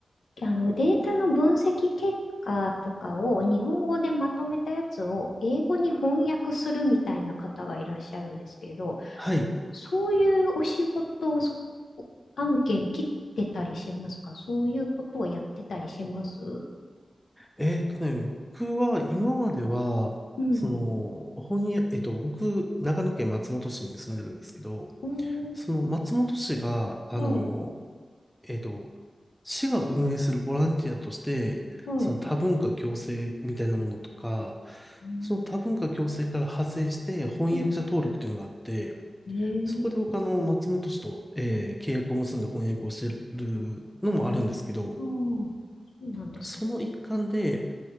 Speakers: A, on the left; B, in the centre.
A: あの、データの分析結果とかを日本語でまとめたやつを英語に翻訳するみたいな方がいらっしゃるんですけど、
B: はい。
A: そういうお仕事をそ案件切ってたりしますかそういうことをやってたりします
B: えーっとね、僕は今までは、
A: うん。
B: その、本屋、えっと、僕、長野県松本市に住んでるんですけど、
A: うん、
B: その松本市が、あの、
A: はい、
B: えっと、市が運営するボランティアとして、
A: はい。
B: その多文化共生みたいなものとか、
A: うん、
B: その多文化共生から派生して翻訳者登録っていうのがあって、
A: あええ
B: そこで僕あの松本市と、えー契約を結んで翻訳をしてるのもあるんですけど、
A: ああ、そうなんですね。
B: その一環で、